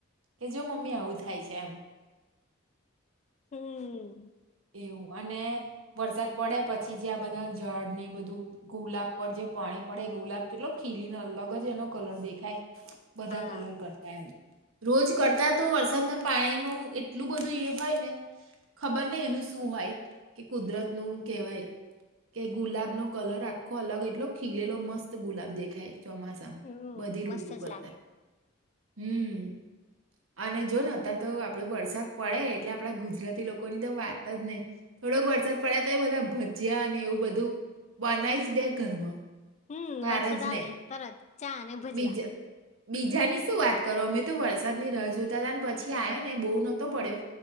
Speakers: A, on the right; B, on the left.
A: કે જો મમ્મી આવું થાય છે એમ
B: હમ.
A: એવું અને વરસાદ પડે પછી જે આ બધા ઝાડ ને બધું. ગુલાબ પર જે પાણી પડે એ ગુલાબ કેટલો ખીલીને અલગ જ એનો કલર દેખાય બધા
B: હા
A: કલર કરતા એમ રોજ કરતા તો વરસાદના પાણી ન એટલું બધું એ હોય ને ખબર નહ એનું શું હોય કે કુદરત નું કહેવાય. કે ગુલાબ નો કલર આખો અલગ એટલો ખીલેલો મસ્ત ગુલાબ દેખાય ચોમાસા
B: હમ
A: બધી
B: મસ્ત
A: ઋતુ કરતા
B: જ લાગે
A: હમ અને જો ને અત્યારે તો આપણો વરસાદ પડે એટલે આપણા ગુજરાતી લોકો ની તો વાત ન થોડક વર્સા પડ્યા તો બધા ભજીયા એવું બધું બનાઈ જ દે ઘરમાં
B: હમ
A: બહાર
B: વરસાદ
A: જ
B: આવે
A: નહીં
B: તત ચા અને ભજીયા
A: બીજા બીજાની શું વાત કરો અમે તો વરસાદની ર જોતા હતા ને પછી આવ્યો ને બહુ નહતો પડ્યો.